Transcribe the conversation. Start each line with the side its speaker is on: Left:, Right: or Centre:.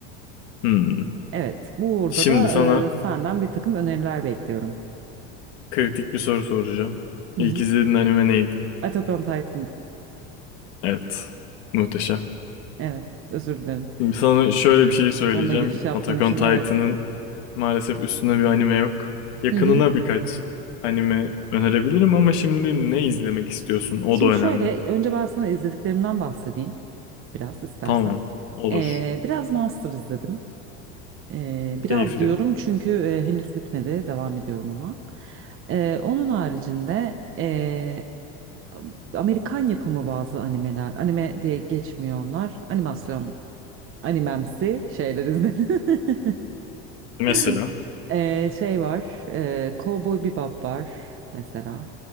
Left: Hmm.
Right: Evet, burada
Left: Şimdi
Right: da
Left: sana
Right: eee, senden bir takım öneriler bekliyorum.
Left: kritik bir soru soracağım.
Right: Hı
Left: İlk
Right: hı.
Left: izlediğin anime neydi?
Right: Attack on Titan'da.
Left: Evet. Muhteşem.
Right: Evet, özür dilerim.
Left: Şimdi sana şöyle bir şey söyleyeceğim.
Right: Onunla giriş yaptığım
Left: Attack
Right: için
Left: on Titan'ın
Right: evet.
Left: maalesef üstüne bir anime yok. Yakınına
Right: Hı hı.
Left: birkaç anime önerebilirim ama şimdi ne izlemek istiyorsun? O
Right: Şimdi
Left: da önemli.
Right: şöyle önce ben sana izlediklerimden bahsedeyim biraz istersen.
Left: Tamam. Olur.
Right: Ee, biraz Monster izledim. Ee, biraz
Left: Keyifli.
Right: diyorum çünkü e, henüz bitmedi devam ediyorum ona. Ee, onun haricinde e, Amerikan yapımı bazı animeler anime diye geçmiyor onlar animasyon animemsi şeyler izledim.
Left: Mesela
Right: <laughs> Ee, şey var e, Cowboy Bebop var mesela